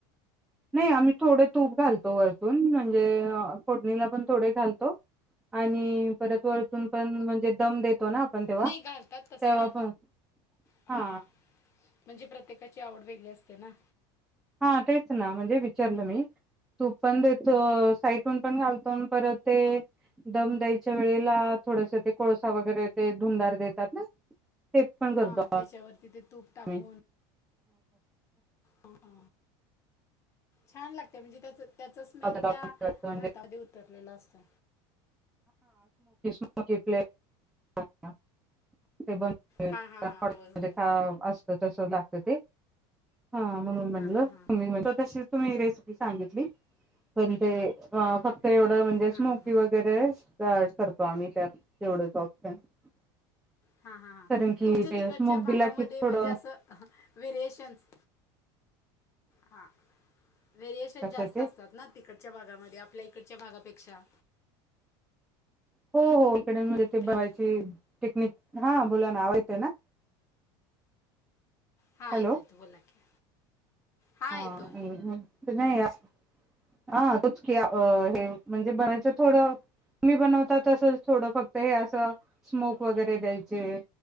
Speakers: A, in the centre; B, on the left.
A: नाही आम्ही थोडे तूप घालतो वरतून म्हणजे फोडणीला पण थोडे घालतो. आणि परत वरतून पण म्हणजे दम देतो ना आपण तेव्हा
B: नाही घालतात तसं
A: तेव्हा पण
B: आ,
A: हा
B: म्हणजे प्रत्येकाची आवड वेगळी असते ना?
A: हा तेच ना म्हणजे विचारलं मी तूप पण देतो साईटून पण घालतो नं परत ते दम द्यायच्या वेळेला थोडस ते कोळसा वगैरे ते धुंदार देतात ना ते पण करतो
B: हा त्याच्यावरती ते तूप टाकून
A: आम्ही
B: अ छान लागतय म्हणजे त्याचं त्याचा स्मेल
A: म्हणजे
B: त्या भातामध्ये उतरलेला असतो.
A: <unintelligible> <unintelligible> <unintelligible>
B: हां हां हां होय होय
A: खा अस त तस लागत ते हा म्हणून म्हणलं
B: हां हां हां
A: तुम्ही म्हण तशीच तुम्ही रेसिपी सांगितली. पण ते हा फक् ते एवढं म्हणजे स्मोकी
B: हां हां हां
A: वगैरे त्यावेळेस करतो आम्ही त्या तेवढच ऑफ <unintelligible>
B: हा हा हां
A: कारण की
B: तुमच्या
A: ते
B: तिकडच्या
A: स्मोक
B: भागामध्ये
A: दिला की थोडं
B: म्हणजे असं अहं व्हेरिएशन्स हा व्हेरिएशन
A: कशाचे
B: जास्त असतात ना तिकडच्या भागामध्ये आपल्या इकडच्या भागापेक्षा
A: हो हो <unintelligible>
B: हॅलो
A: बघयची पिकनिक हा बोला ना आव येत ना
B: हां
A: हॅलो
B: येतो येतो बोला की हां
A: हा
B: येतो
A: नाई असं आ तच की हे म्हणजे बनायचं थोडं तुम्ही बनवता तस थोडं फक्त हे असं स्मोक वगैरे द्यायचे